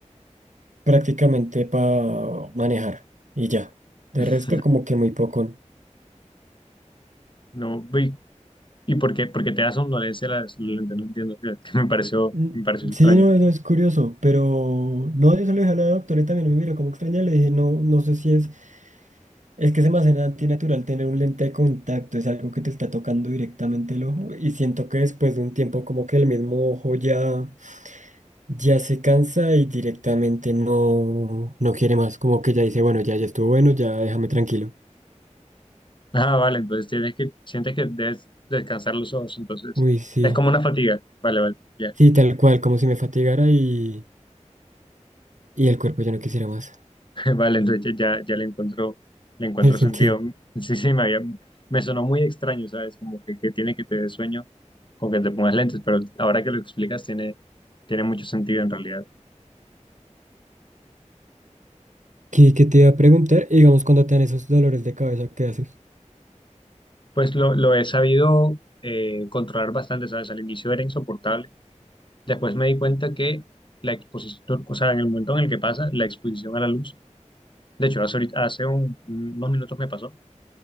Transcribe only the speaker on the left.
<laughs>
No, ¿y, y por qué, por qué te da somnolencia las lentes? No entiendo, <laughs> que me pareció,
me pareció extraño.
Ah, vale, entonces tienes que, sientes que debes descansar los ojos, entonces
es como una fatiga. Vale, vale, ya.
<laughs> Vale, entonces ya, ya le encuentro, le encuentro
sentido. Sí, sí, me había- me sonó muy extraño, ¿sabes? Como que, que tiene que te dé sueño con que te pongas lentes, pero ahora que lo explicas tiene, tiene mucho sentido en realidad.
Pues lo, lo he sabido eh, controlar bastante, ¿sabes? Al inicio era insoportable. Después me di cuenta que la exposición, o sea, en el momento en el que pasa, la exposición a la luz De hecho, hace, ahorita- hace un- unos minutos me pasó.